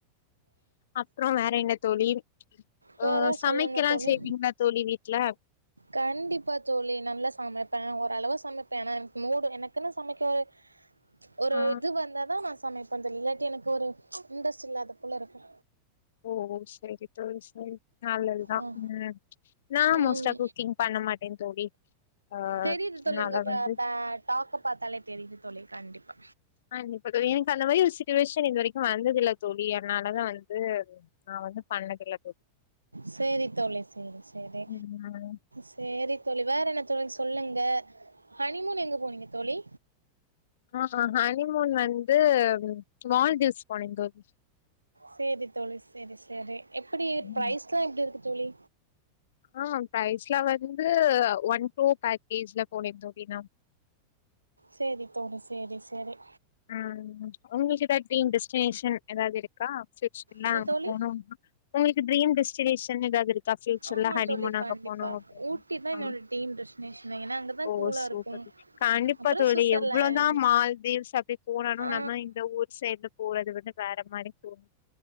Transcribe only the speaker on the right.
வேற
சொல்லுங்க தோழி
கண்டிப்பா தோழி நல்லா சமைப்ப ஓரளவு சமைப்ப ஆனா எனக்கு மூடு எனக்குன்னு சமக்க ஒரு
இது வந்ததா நா சமைப்பேன் தோழி இல்லாட்டி எனக்கு ஒரு ச்சு இன்டரெஸ்ட் இல்லாத போல இருக்கு
ஆ
ம்
தெரியுது
தோழி உங்க ப
ப டாக்க பாத்தாலே தெரியுது தோழி கண்டிப்பா
சேரி தோழி சேரி சேரி
சேரி தோழி வேறென்ன தோழி சொல்லுங்க ஹனிமூன் எங்க போனீங்க தோழி
சேரி தோழி சேரி சேரி எப்டி
பிரைஸ்லா எப்டி இருக்கு தோழி
சேரி தோழி சேரி சேரி
என்ன தோழி
ஆமா
தோழி
கண்டிப்பா.
ஊட்டி தான்
என்னோட டீம் டெஸ்டினேஷனே. ஏன்னா அங்க தான்
கூலா
இருக்கும்.
அப்புறம்
சுவிட்சர்லேண்ட்
ஆ